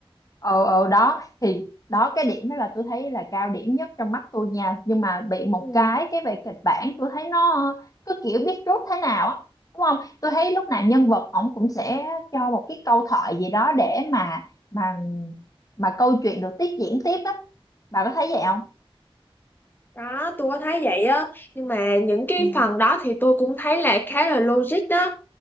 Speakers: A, on the left; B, on the left.
A: ờ ờ đó thì đó cái điểm đó là tôi thấy là cao điểm nhất trong mắt tôi nha nhưng mà bị một
B: Ừ,
A: cái cái về kịch bản tôi thấy nó cứ kiểu biết rút thế nào á đúng không tôi thấy lúc nào nhân vật ổng cũng sẽ cho một cái câu thoại gì đó để mà mà mà câu chuyện được tiếp diễn tiếp á bà có thấy vậy không
B: Đó, tôi có thấy vậy á nhưng mà những cái
A: Ừ.
B: phần đó thì tôi cũng thấy là khá là logic đó